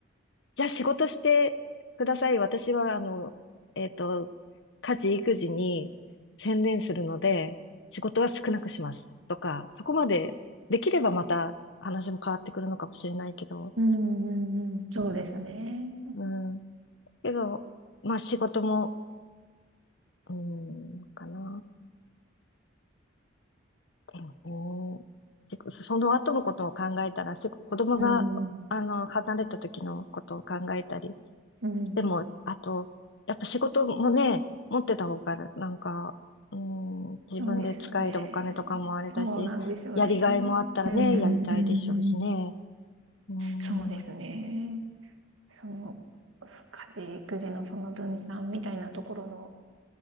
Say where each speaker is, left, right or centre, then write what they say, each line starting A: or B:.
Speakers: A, on the left; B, on the right.
A: じゃあ仕事してください。私は、あの、えっと、家事、育児に専念するので、仕事は少なくします。とか、そこまでできればまた話も変わってくるのかもしれないけど、
B: うんうんうん、そうですね。
A: うん、うん。けど、まあ仕事も、うん、かな。だよね。せその後のことを考えたら、すぐ子供が、
B: うん、
A: あの、離れた時のことを考えたり。
B: うん、うんうん。
A: でも、あと、やっぱ仕事もね、持ってた方が、なんか、うん、自分で使えるお金とかもあれだし、
B: そうですよね。そうなんですよね。
A: やりがいもあったらね、
B: うんうんうんうん。
A: やりたいでしょうしね。うん、
B: そうですね。
A: う
B: その、家事育児のその分担みたいなところの、